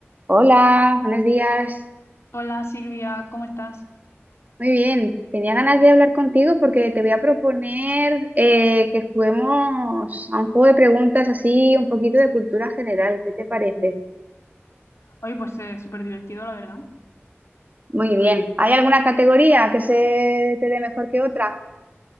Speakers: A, on the right; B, on the left.
A: Hola, buenos días.
B: Hola Silvia, ¿cómo estás?
A: Muy bien, tenía ganas de hablar contigo porque te voy a proponer eh, que juguemos a un juego de preguntas así, un poquito de cultura general. ¿Qué te parece?
B: Hoy pues es súper divertido, la verdad.
A: Muy bien. ¿Hay alguna categoría que se te dé mejor que otra?